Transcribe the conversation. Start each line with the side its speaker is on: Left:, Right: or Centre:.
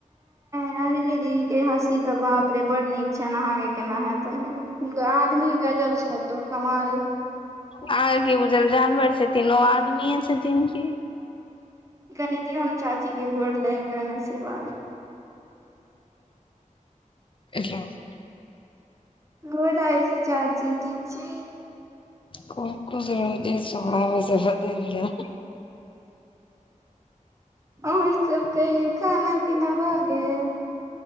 Right: अंजली दी के हँसी तऽ बाप रे बड़ नीक छनि अहाँ के केना हैत तऽ हुनक आदमी गजब छथि ओ कमाल
Left: अहाँ के की बुझल जानवर छथिन ओ आदमीए छथिन की
Right: कनि दियोन चाची के गोर लगलेबन आशीर्वाद ‌
Left: <inaudible>
Right: गोर लागय छी चाची ठीक छी
Left: खूब खुश रहहु छै स्वभावसँ बद जा
Right: अहिं सब कहियौ खाना पीना भऽ गेल